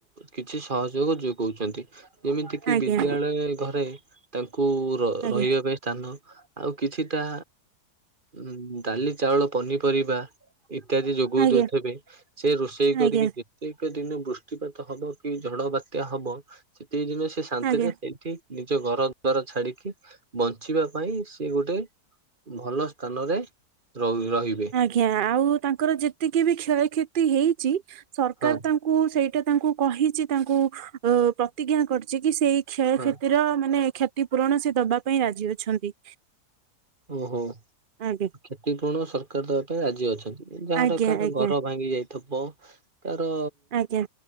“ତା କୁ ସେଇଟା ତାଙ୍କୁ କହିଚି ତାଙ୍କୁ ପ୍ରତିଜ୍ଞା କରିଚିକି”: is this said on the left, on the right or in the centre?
Right